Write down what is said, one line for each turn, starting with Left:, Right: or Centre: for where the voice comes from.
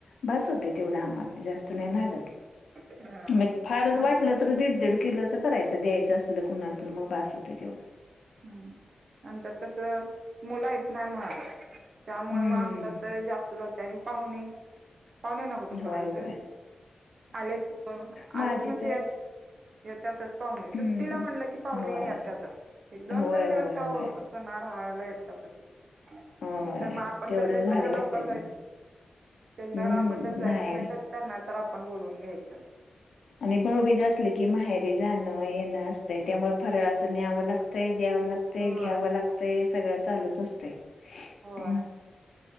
Left: बास होते तेवढं आम्हाला जास्त नाही लागत
Right: हा
Left: मग फारच वाटलं
Right: आमच्यात
Left: तर दीड दीड किलोच करायचं द्यायचं असल कुणाला तर मग भास होत तेवढं
Right: ह आमच्यात कसं मुलं आहेत ना लहान त्यामुळ
Left: हम्म
Right: म आमच्या जास्त जातेयं आणि पाहुणे पाहुण्याना कुठं
Left: होय
Right: सोडायचं.
Left: होय
Right: आलेच म
Left: माझी
Right: आलंच म्हणजेत
Left: तर
Right: यात यतातचं पाहुणे सुट्टीला
Left: हम्म
Right: म्हटलं की पाहुणे
Left: होय
Right: यत्यातच एक दोन
Left: होय
Right: दोन
Left: होय
Right: दिवस का
Left: होय
Right: हो सना राहायला येतातच
Left: होय
Right: एकत म पण
Left: तेवढंच
Right: तरी त्यांच्याकडे
Left: भारी वाटतंय
Right: लवकर
Left: पण
Right: जायच. तेच्याकडे
Left: हम्म
Right: आपण जर जायचं
Left: माहेरी
Right: नाही तर त्यांना तर आपण बोलवून घ्यायचं.
Left: आणि भाऊबीज असलं की माहेरी जाणं येणं असतंय त्यामुळे फराळाचं न्यावं लागतंय द्यावं लाग ते घ्यावं
Right: होय
Left: लागतयं सगळं चालूच असतयं.
Right: होय